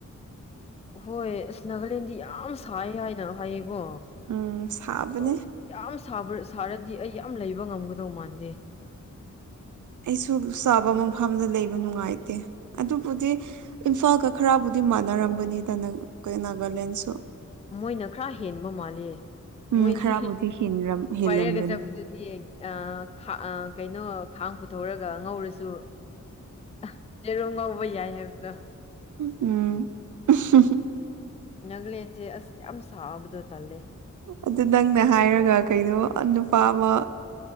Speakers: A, on the left (about 20°); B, on the right (about 75°).
A: ꯍꯣꯏ ꯑꯁ ꯅꯥꯒꯥꯂꯦꯟꯗꯤ ꯌꯥꯝ ꯁꯥꯏ ꯍꯥꯏꯅ ꯍꯥꯏꯌꯦꯀꯣ
B: ꯎꯝ ꯁꯥꯕꯅꯦ
A: ꯑꯗꯣ ꯌꯥꯝ ꯁꯥꯕ꯭ꯔ ꯁꯥꯔꯗꯤ ꯑꯩ ꯌꯥꯝ ꯂꯩꯕ ꯉꯝꯒꯗꯧ ꯃꯥꯟꯗꯦ
B: ꯑꯩꯁꯨ ꯁꯥꯕ ꯃꯐꯝꯗ ꯂꯩꯕ ꯅꯨꯡꯉꯥꯏꯇꯦ ꯑꯗꯨꯕꯨꯗꯤ ꯏꯝꯐꯥꯜꯒ ꯈꯔꯕꯨꯗꯤ ꯃꯥꯟꯅꯔꯝꯒꯅꯤꯗ ꯅꯪ ꯀꯩ ꯅꯥꯒꯥꯂꯦꯟꯁꯨ
A: ꯃꯣꯏꯅ ꯈꯔ ꯍꯦꯟꯕ ꯃꯥꯜꯂꯦ
B: ꯎꯝ
A: ꯃꯣꯏꯗꯤ
B: ꯈꯔꯕꯨꯗꯤ ꯍꯦꯟꯔꯝ ꯍꯦꯜꯂꯝꯒꯅꯤ
A: ꯕꯥꯏꯔꯦꯜꯒ ꯆꯠꯄꯗꯨꯗꯤ ꯑ ꯈꯥ ꯑ ꯀꯩꯅꯣ ꯈꯥꯡ ꯄꯨꯊꯣꯛꯔꯒ ꯉꯧꯔꯁꯨ ꯑ ꯌꯦꯔꯨꯝ ꯉꯧꯕ ꯌꯥꯏ ꯍꯥꯏꯕꯗꯣ
B: ꯎꯝ <unintelligible>
A: ꯅꯥꯒꯂꯦꯟꯁꯦ ꯑꯁ ꯌꯥꯝ ꯁꯥꯕꯗꯣ ꯇꯜꯂꯦ
B: ꯑꯗꯨ ꯅꯪꯅ ꯍꯥꯏꯔꯒ ꯀꯩꯅꯣꯕ ꯅꯨꯄꯥ ꯑꯃ